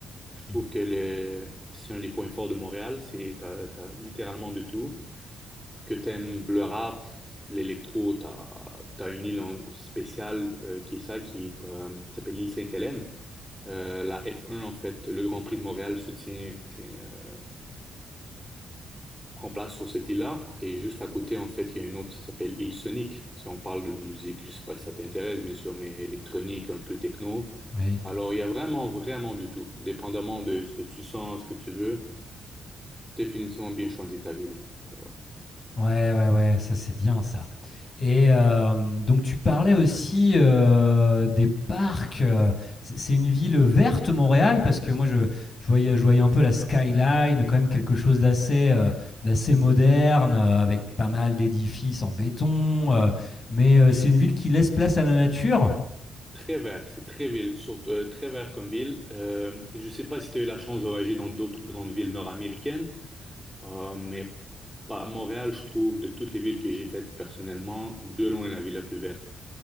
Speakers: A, in the centre; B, on the left.
A: Je trouve
B: Mhm.
A: que le, c'est un des points forts de Montréal, c'est t'as, t'as littéralement de tout. Que t'aimes le rap, l'électro, t'as, t'as une île en- spéciale euh, qui est ça, qui est, euh, s'appelle l'île Sainte-Hélène. Euh, la F1, en fait, le Grand Prix de Montréal se tient, tient, euh, prend place sur cette île-là. Et juste à côté, en fait, il y a une autre, ça s'appelle île Sonic. Si on parle de musique, je sais pas si ça t'intéresse, bien sûr, mais électronique, un peu techno.
B: Oui.
A: Alors, il y a vraiment, vraiment de tout, dépendamment de ce que tu sens, ce que tu veux. définitivement bien choisi ta ville. Alors,
B: Ouais, ouais, ouais, ça c'est bien ça. Et euh, donc tu parlais aussi euh, des parcs. euh, C'est c'est une ville verte, Montréal, parce que moi je, je voyais, je voyais un peu la skyline, quand même quelque chose d'assez euh, d'assez moderne, euh, avec pas mal d'édifices en béton. euh, mais euh, c'est une ville qui laisse place à la nature.
A: très vert, c'est très ville, surtout, euh, très vert comme ville. Euh, je ne sais pas si tu as eu la chance de voyager dans d'autres grandes villes nord-américaines, euh, mais pas, Montréal, je trouve, de toutes les villes que j'ai faites personnellement, de loin la ville la plus verte.